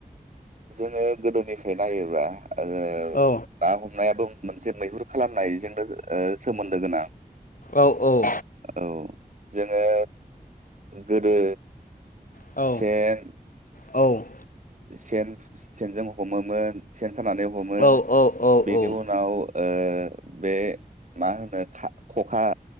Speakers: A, on the right (about 55°); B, on the left (about 60°).
A: जोङो गोदोनिफ्राय नायोबा, ओ ना
B: औ
A: हमनायाबो मोनसे मैहुर खालामनायजोंनो ओ सोमोन्दो गोनां
B: औ औ
A: औ जोङो गोदो
B: औ
A: सेन
B: औ
A: सेन सेनजों हमोमोन सेन सानानै हमो
B: औ औ औ
A: बेनि
B: औ
A: उनाव ओ बे मा होनो खा खखा